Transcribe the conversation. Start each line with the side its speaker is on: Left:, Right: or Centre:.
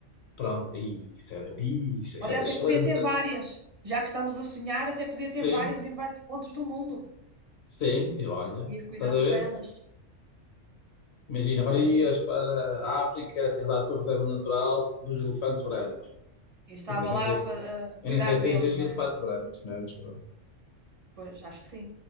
Left: Pronto, aí, isso era, aí, isso
Right: Olha,
Left: era
Right: até
Left: excelente.
Right: podia ter várias. Já que estamos a sonhar, até podia
Left: Sim,
Right: ter várias em vários pontos do mundo.
Left: sim, e olha,
Right: Ir cuidando
Left: estás a ver?
Right: delas.
Left: Imagina, agora
Right: Era
Left: ias
Right: isso.
Left: para a África, tens lá a tua reserva natural dos elefantes brancos.
Right: Eu estava
Left: Quer dizer, nem
Right: lá
Left: sei,
Right: a, fa- a cuidar
Left: eu nem sei se
Right: deles,
Left: existe
Right: não
Left: elefante
Right: é?
Left: branco, não é? Mas pronto.
Right: Pois, acho que sim.